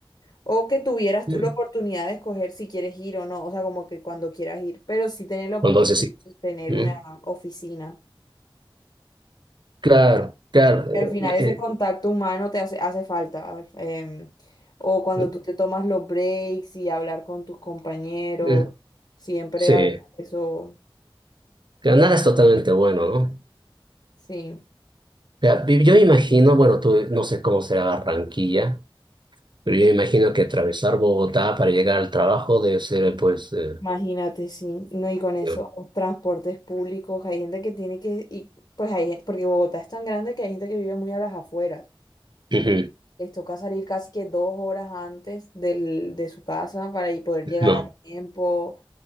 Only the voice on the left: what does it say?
o que tuvieras
tú la oportunidad de escoger si quieres ir o no, o sea, como que cuando quieras ir, pero sí tener la oportunidad
de tener
una oficina.
que al final ese
contacto humano te hace, hace falta. em, o cuando
tú te tomas los breaks y hablar con tus compañeros,
siempre
a veces eso,
sí,
imagínate, sí. No, y con esos
transportes públicos, hay gente que tiene que, y pues hay gente, porque Bogotá es tan grande que hay gente que vive muy a las afueras.
Les toca salir casi que dos horas antes del, de su casa para ahí poder llegar
a tiempo.